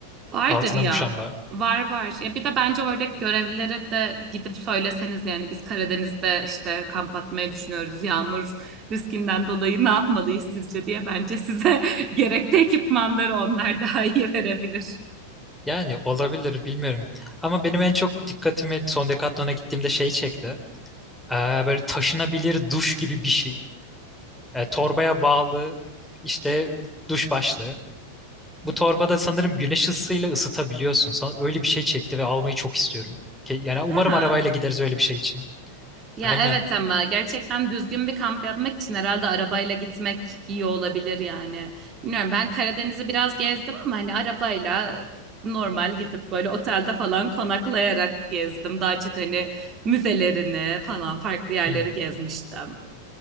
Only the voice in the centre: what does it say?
Altına
muşamba.
Yani olabilir bilmiyorum. Ama benim en çok dikkatimi son Decathlon'a gittiğimde şey çekti. Ee, böyle taşınabilir duş gibi bir şey. Ee, torbaya bağlı işte duş başlığı. Bu torbada sanırım güneş ısısıyla ısıtabiliyorsun. Sana öyle bir şey çekti ve almayı çok istiyorum. Ke- Yani umarım
arabayla gideriz öyle bir şey için.
Aynen.
Hmm,